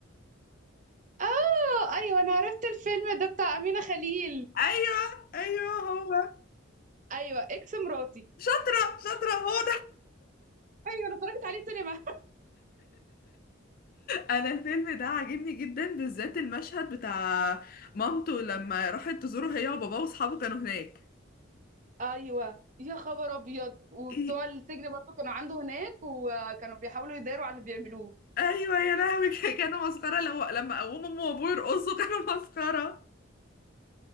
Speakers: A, on the right; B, on the left.
A: اه ايوه انا عرفت الفيلم ده بتاع امينه خليل
B: ايوه ايوه هو
A: ايوه اكس مراتي
B: شاطرة شاطرة هو
A: ايوه انا اتفرجت عليه سينما
B: انا الفيلم ده عاجبني جدا بالذات المشهد بتاع مامته لما راحت تزوره هي وباباه واصحابه كانوا هناك
A: ايوه يا خبر ابيض وبتوع
B: إيه؟
A: السجن برضو كانوا عنده هناك وكانوا بيحاولوا يداروا على اللي بيعملوه
B: ايوه يا لهوي <laughs> ك- كانوا مسخره لو لما قوموا امه وابوه يرقصوا كانوا <laughs> مسخره